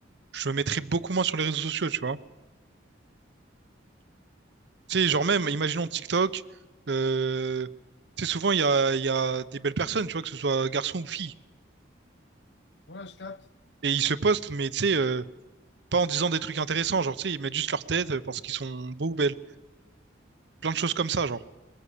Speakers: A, on the right; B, on the left.
A: je me mettrais beaucoup moins sur les réseaux sociaux, tu vois. Tu sais, genre même, imaginons TikTok, euh, tu sais, souvent, il y a, il y a des belles personnes, tu vois, que ce soit garçon ou fille.
B: Ouais, je capte.
A: Et ils se postent, mais tu sais, euh, pas en disant des trucs intéressants, genre, tu sais, ils mettent juste leur tête euh, parce qu'ils sont beaux ou belles. Plein de choses comme ça, genre.